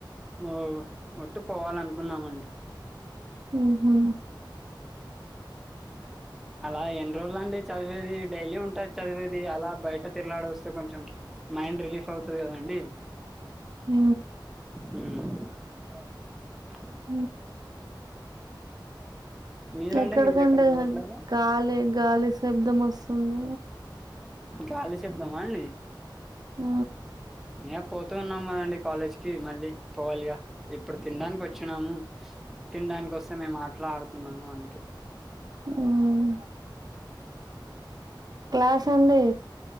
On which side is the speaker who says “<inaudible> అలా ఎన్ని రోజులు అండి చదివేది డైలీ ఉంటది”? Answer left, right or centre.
Centre